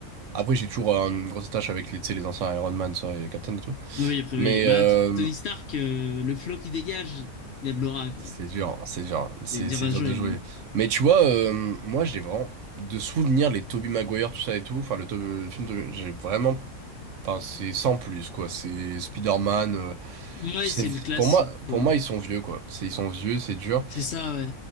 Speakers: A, on the right; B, on the left.
A: Après, j'ai toujours euh, une grosse attache avec les, tu sais, les anciens Iron Man, ça, et Captain et tout.
B: Oui, après
A: Mais
B: oui. Bah,
A: euh,
B: Tony Stark, euh, le flow qu'il dégage, il a de l'aura, quoi.
A: C'est dur, c'est dur, c'est
B: C'est dur
A: c'est
B: à
A: dur
B: jouer.
A: de jouer. Mais tu vois, euh, moi j'ai vraiment de souvenirs les Tobey Maguire, tout ça et tout. Enfin, le, To- le film, Tobey- j'ai vraiment, enfin c'est sans plus quoi. C'est Spider-Man. euh,
B: Ouais,
A: puis c'est
B: c'est le classique,
A: pour moi,
B: quoi.
A: pour moi ils sont vieux quoi. C'est ils sont vieux, c'est dur.
B: C'est ça, ouais.